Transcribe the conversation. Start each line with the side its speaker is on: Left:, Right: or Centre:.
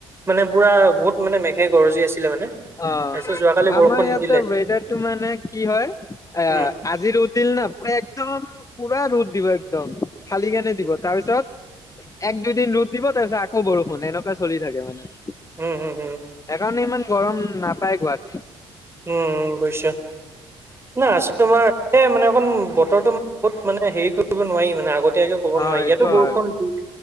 Right: মানে পুৰা বহুত মানে মেঘে গৰজি আছিলে মানে।
Left: অ
Right: তাৰপিছত যোৱাকালি
Left: আমাৰ
Right: বৰষুণ
Left: ইয়াতে
Right: নিদিলে
Left: ৱেডাৰটো মানে কি হয় এ
Right: উম
Left: আজি পু একদম পুৰা ৰ দিব একদম ফালি কেনে দিব তাৰপিছত এক দুইদিন ৰদ দিব তাৰপিছত আকৌ বৰষুণ এনেকুৱা চলি থাকে মানে।
Right: উম হুম
Left: সেইকাৰণে ইমান গৰম নাপায় কোৱা দ
Right: উম বুছ নাই আছো তোমাৰ মানে অকণ বতৰটো ম বহুত মানে হেৰি কৰিব নোৱাৰি মানে আগতে এতিয়াকে ক'ব
Left: অ'
Right: নোৱাৰি ইয়াতো
Left: এইটো
Right: বৰষুণ
Left: হয়
Right: দিশ